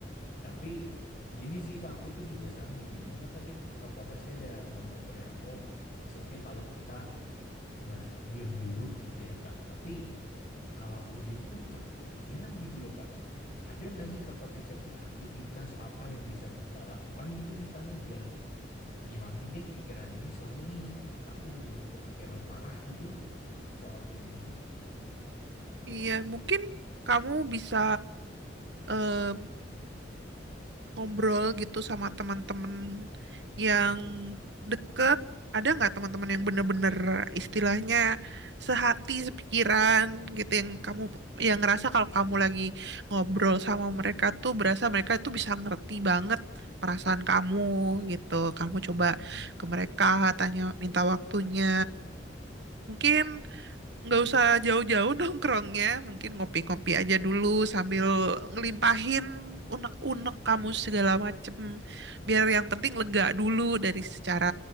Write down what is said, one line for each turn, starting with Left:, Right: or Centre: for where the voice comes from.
Left: Tapi gini sih Kak, aku tuh juga sekarang lagi bingung kan tadi Kak Patricia ada ngomong perihal oh it's okay kalau kita ba- diem dulu gitu ya Kak. Tapi kalau aku diem pun tetap kepikiran gitu loh Kak. Ada nggak sih Kak Patricia kayak aktivitas apa yang bisa kita lakukan gitu misalnya biar ngilangin deh pikiran ini soalnya ini aku bener-bener kepikiran parah gitu loh soal kayak ginian.
Right: Iya, mungkin kamu bisa em, ngobrol gitu sama teman-teman
Left: Mm-mm.
Right: yang deket? Ada nggak teman-teman yang bener-bener istilahnya sehati, sepikiran
Left: Mm.
Right: gitu yang kamu yang ngerasa kalau kamu lagi ngobrol sama mereka tuh berasa mereka tuh bisa ngerti banget perasaan kamu gitu. Kamu
Left: Mm.
Right: coba ke mereka tanya minta waktunya. Mungkin nggak usah jauh-jauh <laughs> nongkrongnya, mungkin ngopi-ngopi aja dulu sambil ngelimpahin unek-unek kamu segala macem.
Left: Mm.
Right: Biar yang penting lega dulu dari secara